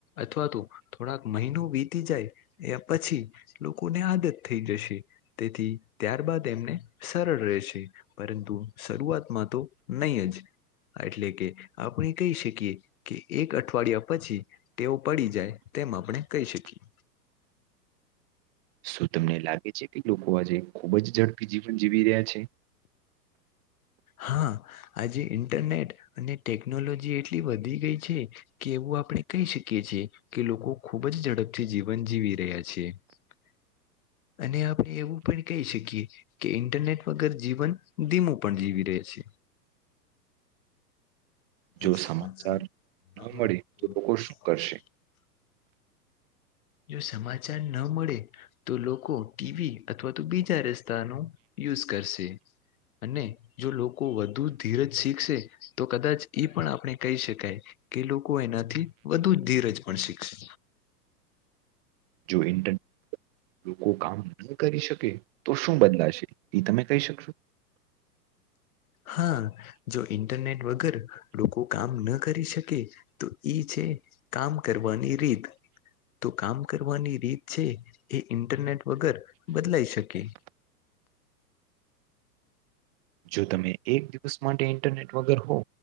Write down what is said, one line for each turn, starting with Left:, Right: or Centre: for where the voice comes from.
Left: અથવા તો થોડાક મહિનો વીતી જાય એ પછી લોકોને આદત થઈ જશે તેથી ત્યારબાદ એમને સરળ રહે છે, પરંતુ શરૂઆતમાં તો નય જ એટલે કે આપણે કહી શકીએ કે એક અઠવાડિયા પછી તેઓ પડી જાય તેમ આપણે કહી શકીએ
Right: શું તમને લાગે છે, કે લોકો આજે ખુબ જ ઝડપી જીવન જીવી રહ્યા છે.
Left: હા આજે ઇન્ટરનેટ અને ટેકનોલોજી એટલી વધી ગઈ છે કે એવું આ આપણે કહી શકીએ છીએ કે લોકો ખૂબ જ ઝડપથી જીવન જીવી રહ્યા છે. <inaudible> અને આપણે એવું પણ કહી શકીએ કે ઇન્ટરનેટ વગર જીવન ધીમું પણ જીવી શકીએ છે. <inaudible>
Right: જો સમાચાર ન મળે તો લોકો શું કરશે?
Left: જો સમાચાર ન મળે તો લોકો ટીવી અથવા તો બીજા રસ્તાનો યુઝ કરશે અને જો લોકો વધુ ધીરજ શીખશે તો કદાચ ઈ પણ આપણે કહી શકાય કે લોકો એનાથી વધુ ધીરજ પણ શીખશે
Right: જો ઇન્ટરનેટ લોકો કામ કરી શકે તો શું બદલાશે એ તમે કહી શકશો?
Left: હા જો ઇન્ટરનેટ વગર લોકો કામ ન કરી શકે તો ઈ એ કામ કરવાની રીત તો કામ કરવાની રીત છે, એ ઇન્ટરનેટ વગર બદલાઈ શકે <inaudible>
Right: જો તમે એક દિવસ માટે ઇન્ટરનેટ વગર હો